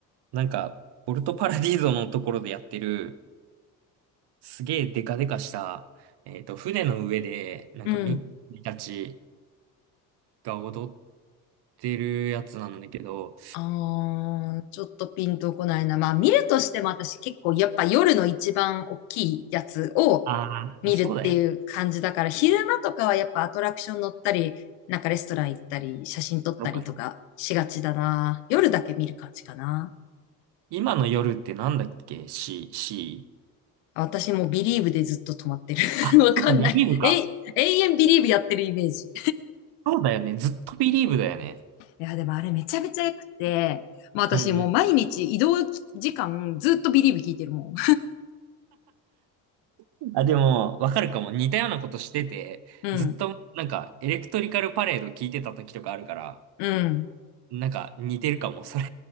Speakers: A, on the right; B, on the left.
A: なんか、ポルトパラディーゾのところでやってる、すげえデカデカした、えっと、船の上で、なんかミッキーたち
B: うん。
A: が踊ってるやつなんだけど、
B: あー、ちょっとピンとこないな。まあ、見るとしても私結構、やっぱ夜の一番大きいやつを
A: ああ、
B: 見るっていう感じだから、
A: そうだよね。
B: 昼間とかはやっぱアトラクション乗ったり、なんかレストラン行ったり、写真撮ったりとかしがちだな。
A: そっか
B: 夜だけ見る感じかな。
A: 今の夜ってなんだっけ ?C、C。
B: 私もビリーブでずっと止まってる。<laughs>
A: あ、
B: わかんない。
A: そっか、ビリーブか。
B: え永遠ビリーブやってるイメージ。
A: そうだよね。ずっとビリーブだよね。
B: いや、でもあれめちゃめちゃ良くて、まあ私もう毎日移動時間ずっとビリーブ聞いてるもん。
A: うんうん。あ、でも、わかるかも。似たようなことしてて、
B: <laughs> うん、
A: ずっと、なんか、エレクトリカルパレード聞いてた時とかあるから、
B: うん。
A: なんか、似てるかも、それ。